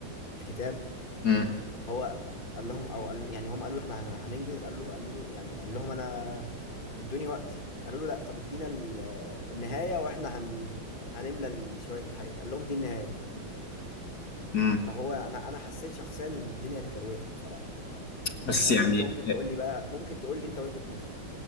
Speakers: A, on the left; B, on the left.
A: الكتاب
B: امم
A: هو قال لهم او قال يعني هم قالوا احنا هن- هننجز قال له قالوا له يعني قال لهم انا ادوني وقتي قالوا له لا طب ادينا ال- النهايه واحنا هن هنملى ال- شويه الحاجات قال لهم دي النهايه
B: امم
A: فهو انا انا حسيت شخصيا ان الدنيا اتكروتت بصراحه
B: بس
A: آه،
B: يعني
A: وانت ممكن تقول لي بقى ممكن تقول لي انت وجهه نظر